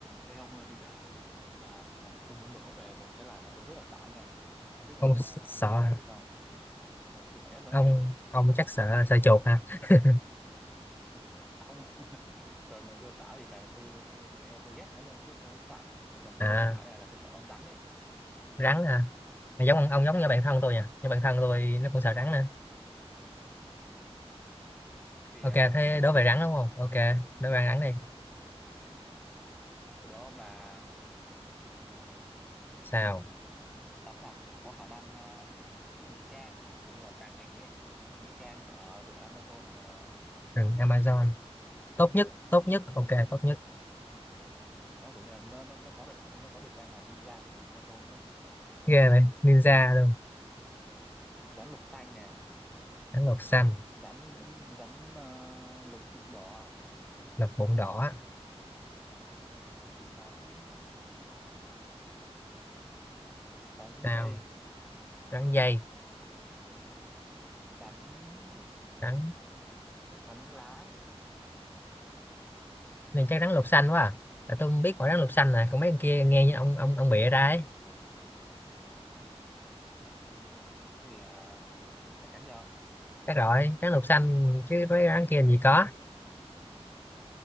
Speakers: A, in the centre; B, on the left (about 20°).
A: Thế ông ơi, bây giờ à, tôi muốn đố về một cái loài mà tôi rất là sợ nha. Ông biết con
B: ông
A: là,
B: s-
A: là,
B: sợ
A: đó là loài gì không? Ừ, tôi sợ nhất luôn
B: ông
A: đấy.
B: ông chắc sợ sợ chuột ha <laughs>
A: Ông <laughs> trời mà tôi sợ thì trời tôi tôi tôi kiểu như là tôi ghét nó luôn chứ tôi không sợ. Còn tôi
B: à
A: mà sợ nha là tôi sợ con rắn ấy.
B: rắn hả à, giống ông, ông giống
A: Ừ,
B: như bạn thân tôi nha như bạn thân tôi nó cũng sợ rắn nè
A: thì
B: ok
A: à,
B: thế
A: tôi đố
B: đối
A: trước
B: về
A: nhá.
B: rắn đúng không ok đối về rắn đi
A: À, tôi đố ông là ừm,
B: sao
A: rắn nào có khả năng à, ngụy trang kiểu như là tàng hình ấy, ngụy trang ở rừng Amazon mà
B: rừng
A: tốt nhất.
B: Amazon tốt nhất tốt nhất ok tốt nhất
A: Nó kiểu như là nó nó, nó có biệt- nó có biệt danh là ninja của rừng Amazon ấy. Ừ,
B: ghê vậy ninja luôn
A: rắn lục xanh nè
B: rắn lục xanh
A: rắn rắn ờ, lục bụng đỏ ạ.
B: lục bụng đỏ
A: rắn rắn
B: sao
A: dây
B: rắn dây
A: rắn
B: rắn
A: rắn lá
B: nên chắc rắn lục xanh quá à. Tại tôi không biết mỗi rắn lục xanh này còn mấy con kia nghe như ông ông ông bịa ra ấy
A: thì ờ, chắc chắn rồi
B: chắc rồi rắn lục xanh chứ mấy rắn kia làm gì có